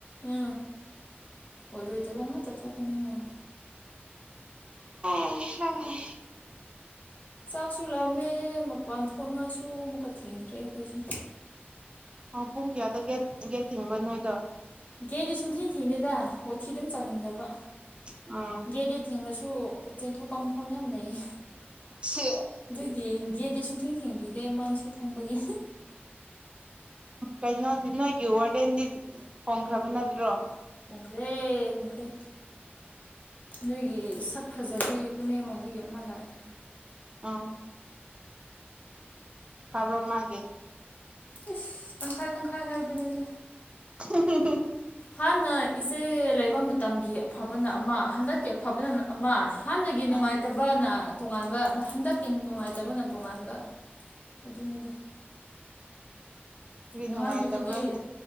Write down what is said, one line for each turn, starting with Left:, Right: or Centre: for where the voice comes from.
Left: ꯑ ꯑꯣꯏꯔꯣꯏꯗꯕ ꯉꯥꯛꯇ ꯊꯣꯛꯀꯅꯤ ꯍꯥꯏ
Right: <unintelligible>
Left: ꯆꯥꯛꯁꯨ ꯂꯥꯝꯃꯦ ꯃꯄꯥꯟ ꯊꯣꯡꯅꯉꯥꯏꯁꯨ ꯑꯃꯨꯛꯀ ꯊꯦꯡꯈ꯭ꯔꯦ ꯑꯈꯣꯏꯁꯦ
Right: ꯑ ꯄꯨꯡ ꯀꯌꯥꯗ ꯒꯦꯠ ꯒꯦꯠ ꯊꯤꯡꯕ ꯅꯣꯏꯗꯣ
Left: ꯒꯦꯗꯤ ꯁꯨꯝꯊꯤ ꯊꯦꯡꯗꯦꯗ ꯋꯥꯊꯤꯗꯨꯝ ꯆꯥꯅꯤꯡꯗꯕ
Right: ꯑ
Left: ꯒꯦꯗꯤ ꯊꯤꯡꯔꯁꯨ ꯆꯦꯟꯊꯣꯛꯄꯝ ꯃꯐꯝ ꯌꯥꯝ ꯂꯩꯌꯦ
Right: ꯁꯤ
Left: ꯑꯗꯨꯒꯤ ꯒꯦꯗꯤ ꯁꯨꯡ ꯊꯤꯡ ꯊꯤꯡꯕꯤꯗꯦ ꯃꯥꯏꯁꯦ ꯈꯪꯕꯒꯤ
Right: ꯀꯩꯅꯣꯗꯤ ꯅꯣꯏꯒꯤ ꯋꯥꯔꯗꯦꯟꯗꯤ ꯐꯣꯡꯈ꯭ꯔꯕ ꯅꯠꯇ꯭ꯔꯣ
Left: ꯍꯣꯡꯈ꯭ꯔꯦ ꯍꯣꯡꯈ꯭ꯔꯦ ꯅꯣꯏꯒꯤ ꯁꯛ ꯐꯖꯕꯤ ꯇꯃꯦꯡꯂꯣꯡꯗꯒꯤ ꯑꯃ ꯂꯥꯛꯑꯦ
Right: ꯑꯥ ꯐꯕ꯭ꯔ ꯃꯥꯒꯦ
Left: ꯏꯁ ꯇꯪꯈꯥꯏ ꯇꯪꯈꯥꯏ ꯍꯥꯏꯕꯗꯨꯅꯤꯗꯤ
Right: <unintelligible>
Left: ꯍꯥꯟꯅ ꯏꯆꯦ ꯂꯩꯕ ꯃꯇꯝꯒꯤ ꯑꯐꯕꯅ ꯑꯃ ꯍꯟꯗꯛꯀꯤ ꯑꯐꯕꯅ ꯑꯃ ꯍꯥꯟꯅꯒꯤ ꯅꯨꯡꯉꯥꯏꯇꯕꯅ
Right: ꯑꯥ
Left: ꯇꯣꯉꯥꯟꯕ ꯍꯟꯗꯛꯀꯤ ꯅꯨꯡꯉꯥꯏꯇꯕꯅ ꯇꯣꯉꯥꯟꯕ ꯑꯗꯨꯅꯤꯗ
Right: ꯀꯔꯤ
Left: ꯅꯍꯥꯟꯒꯤꯗꯨꯗꯤ
Right: ꯅꯨꯡꯉꯥꯏꯇꯕ꯭ꯔꯥꯅꯦ